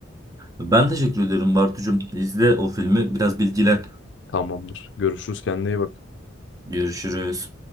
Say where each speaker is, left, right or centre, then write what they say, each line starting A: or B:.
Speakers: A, on the right (about 20°); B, on the left (about 65°).
A: Ben teşekkür ederim Bartucuğum. İzle o filmi. Biraz bilgilen.
B: Tamamdır. Görüşürüz. Kendine iyi bak.
A: Görüşürüz.